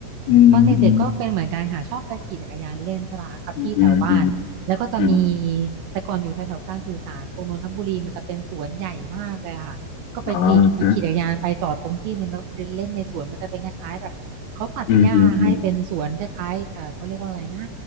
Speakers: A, on the left; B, on the right.
A: อืมอืม
B: ตอนเด็กๆก็เป็นเหมือนกันค่ะชอบไปขี่จักรยานเล่นใช่ปะคะกับพี่แถวบ้านแล้วก็จะมี
A: อืมอืมอืม
B: แต่ก่อนอยู่แถวๆการสื่อสารตรงนนทบุรีมันจะเป็นสวนใหญ่มากเลยอะค่ะก็ไปขี่ไปขี่จักรยานไปจอดตรงที่หนึ่งแล้วก็ไปเดินเล่นในสวนมันจะเป็นคล้ายๆแบบเขาตัดหญ้าให้เป็นสวนคล้ายๆเออเขาเรียกว่าอะไรนะ
A: อ๋อฮะอืมอืมอืม